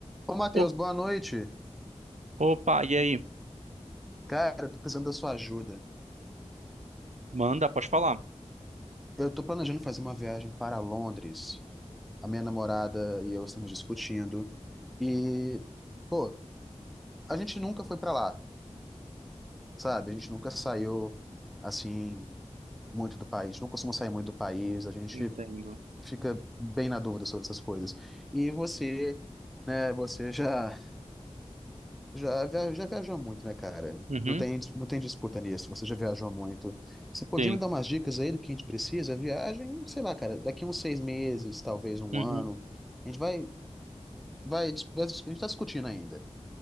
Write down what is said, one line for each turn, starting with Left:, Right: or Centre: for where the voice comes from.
Centre: Ô, Matheus,
Right: O-
Centre: boa noite.
Right: Opa, e aí?
Centre: Cara, eu tô precisando da sua ajuda.
Right: Manda, pode falar.
Centre: Eu tô planejando fazer uma viagem para Londres. A minha namorada e eu estamos discutindo. E, pô, a gente nunca foi para lá, sabe? A gente nunca saiu, assim, muito do país. Não costuma sair muito do país. A gente
Right: Entendo.
Centre: fica bem na dúvida sobre essas coisas. E você, né, você já Já, via- já viajou muito, né, cara?
Right: Uhum,
Centre: Não tem, não tem disputa nisso. Você já viajou muito. Você podia
Right: sim.
Centre: me dar umas dicas aí do que a gente precisa? Viagem, sei lá, cara, daqui uns seis meses, talvez um
Right: Uhum.
Centre: ano. A gente vai, vai, dis- vai- a gente tá discutindo ainda.